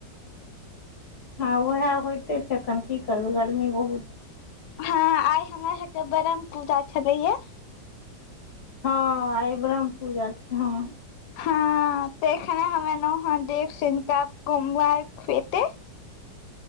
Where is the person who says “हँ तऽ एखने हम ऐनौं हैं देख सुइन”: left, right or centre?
Left